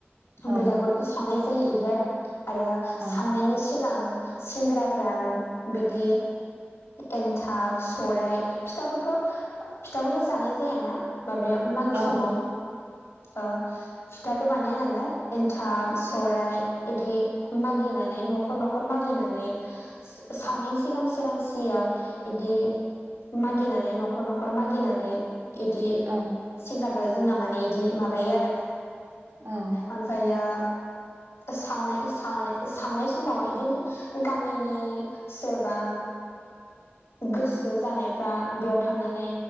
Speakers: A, on the right (about 85°); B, on the left (about 85°).
A: औ
B: बेलागुरखौ सावनाय जायो इदि आरो आरो
A: औ
B: सावनायनि सिगां सेंग्राफ्रा बिदि एन्थाब सौराइ फिथाखौथ' फिथाखौथ' जानाय जायाना माबायाव मागो
A: औ
B: समाव अ फिथाथ' बानाया नालाय एनथाब सौराइ इदि मागिनानै न'खर न'खर मागिनानै
A: <unintelligible>
B: सावनायनि सिगां सोरांसियाव इदि मागिनानै न'खर न'खर मागिनानै इदि
A: औ
B: सेंग्राफोरा जोंना माने बिदि माबायो आरो
A: औ
B: ओमफ्रायो सावनाय सावनाय सावनाय समाव इदिनो गामिनि सोरबा गोसो जानायफ्रा बेयाव थांनानै